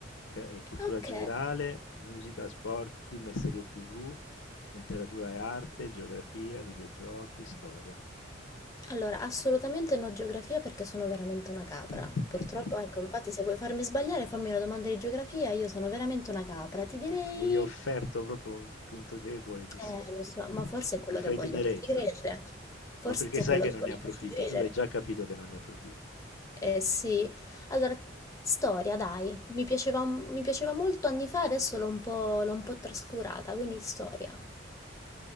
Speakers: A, on the left (about 80°); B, on the left (about 15°).
A: ok? Cultura
B: Ok,
A: generale, musica, sport, film e serie TV, letteratura e arte, geografia, videogiochi, storia.
B: allora assolutamente no geografia perché sono veramente una capra.
A: <laughs>
B: Purtroppo, ecco, infatti se vuoi farmi sbagliare, fammi una domanda di geografia, io sono veramente una capra. Ti direi...
A: No, mi hai offerto proprio un punto debole così.
B: Eh,
A: eh.
B: lo so, ma forse è quello
A: Mi fai
B: che voglio
A: tenerezza.
B: farti credere. Forse
A: Ma perché sai
B: è quello
A: che
B: che
A: non
B: voglio
A: ne approfitto,
B: farti credere.
A: tu l'hai già capito che non ne approfitto.
B: Eh sì, allora, storia, dai, mi piaceva, mi piaceva molto anni fa, adesso l'ho un po', l'ho un po' trascurata, quindi storia.